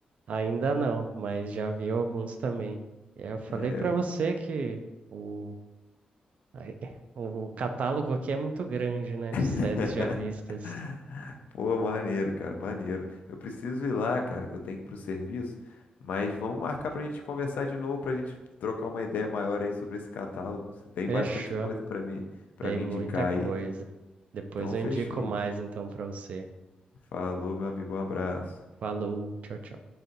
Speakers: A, on the right; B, on the left.
A: Ainda não, mas já vi alguns também. E Eu falei
B: É,
A: para você que o, ai, <laughs> o catálogo aqui é muito grande, né, de séries
B: <laughs>
A: já vistas.
B: Pô, maneiro, cara, maneiro. Eu preciso ir lá, cara, que eu tenho que ir pro serviço, mas vamos marcar pra gente conversar de novo, pra gente trocar uma ideia maior aí sobre esse catálogo. Você tem
A: Fechou.
B: bastante coisa pra me, para
A: Tem
B: me
A: muita
B: indicar
A: coisa.
B: aí.
A: Depois
B: Então,
A: eu
B: fechou.
A: indico mais então para você.
B: Falou, meu amigo, um abraço.
A: Falou, tchau, tchau.